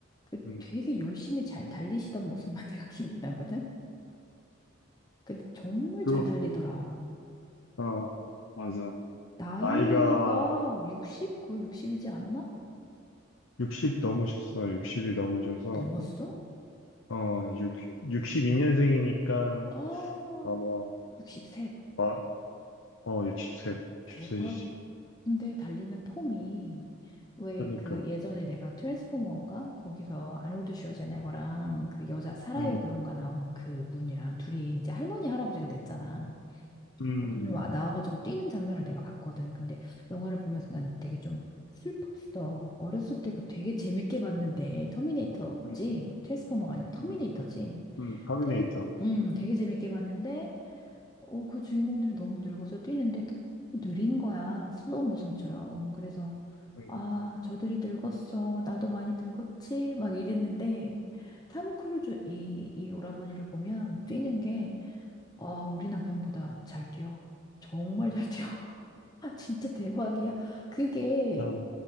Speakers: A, on the left; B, on the left.
A: 그
B: 음,
A: 되게 열심히 잘 달리시던 모습만 <laughs> 내가 기억이 나거든? 근데 정말
B: 그,
A: 잘 달리더라.
B: 어, 맞아.
A: 나이가
B: 나이가
A: 60? 거의 60이지 않나?
B: 60 넘으셨어. 60이 넘으셔서,
A: 넘었어?
B: 어, 6, 십2년생이니까
A: 아,
B: 아마,
A: 63.
B: 마, 어, 6십세6십세시지
A: 대박. 근데 달리는 폼이 왜
B: 그러니까,
A: 그 예전에 내가 트랜스포머인가? 거기서 아놀드 슈워제네거랑 그 여자 사라요
B: 음,
A: 그런가 나온 그 분이랑 둘이 이제 할머니 할아버지가 됐잖아.
B: 음,
A: 그분들 와 나와가지고 뛰는 장면을 내가 봤거든. 근데 영화를 보면서 난 되게 좀 슬펐어. 어렸을 때 그 되게 재밌게 봤는데 터미네이터지?
B: 음,
A: 트랜스포머가 아니라 터미네이터지?
B: 음, 음, 터미네이터.
A: 되게 음 되게 재밌게 봤는데 어, 그 주인공들이 너무 늙어서 뛰는데 너무 느린 거야. 슬로우 모션처럼. 그래서,
B: 음,
A: 아, 저들이 늙었어. 나도 많이 늙었지. 막 이랬는데, 탐 크루즈 이, 이 오라버니를 보면 뛰는 게, 아, 우리 남편보다 잘 뛰어. 정말 잘 뛰어. <laughs> 아, 진짜 대박이야. 그게
B: 어,